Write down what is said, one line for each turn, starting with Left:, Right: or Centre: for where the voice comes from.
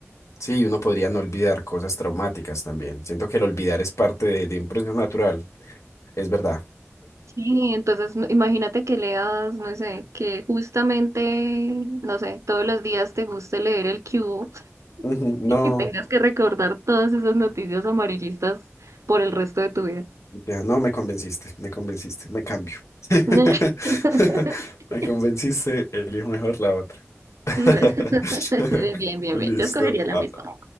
Left: Sí, uno podría no olvidar cosas traumáticas también. Siento que el olvidar es parte de, de un proceso natural. Es verdad.
Right: Sí, entonces no- imagínate que leas, no sé, que justamente, no sé, todos los días te guste leer el cubo
Left: <laughs> Ujú,
Right: <laughs>
Left: No.
Right: y que tengas que recordar todas esas noticias amarillistas por el resto de tu vida.
Left: Ya, no me convenciste, me convenciste, me cambio. <laughs>
Right: <laughs>
Left: Me convenciste, elijo mejor la otra. <laughs>
Right: No. <laughs> Bien, bien,
Left: Listo.
Right: bien, yo escogería la
Left: Ah,
Right: misma.